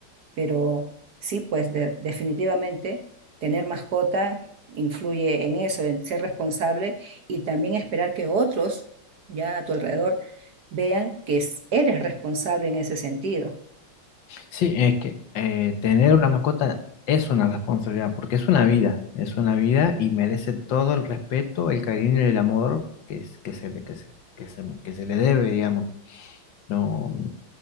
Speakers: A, on the right; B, on the left.
A: pero sí, pues de- definitivamente tener mascota influye en eso, en ser responsable y también esperar que otros ya a tu alrededor vean que es- eres responsable en ese sentido.
B: sí, es que eh, tener una mascota es una responsabilidad, porque es una vida, es una vida y merece todo el respeto, el cariño y el amor que, es- que se le, que se- que se- que se le debe, digamos. No, mm,